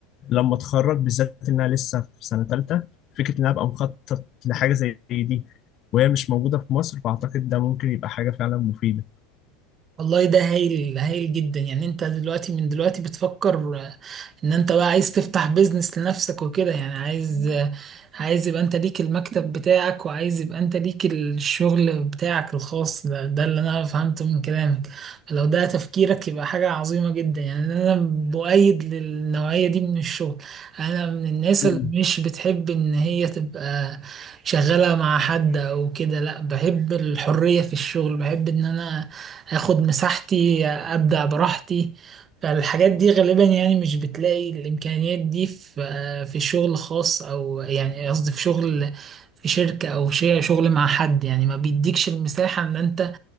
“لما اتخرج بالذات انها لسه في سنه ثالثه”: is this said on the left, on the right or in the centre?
Left